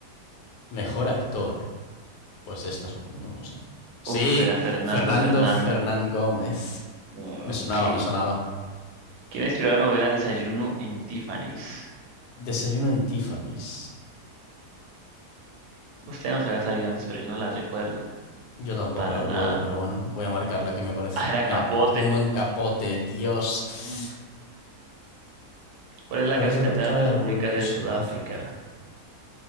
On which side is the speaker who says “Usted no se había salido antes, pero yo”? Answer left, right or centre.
Right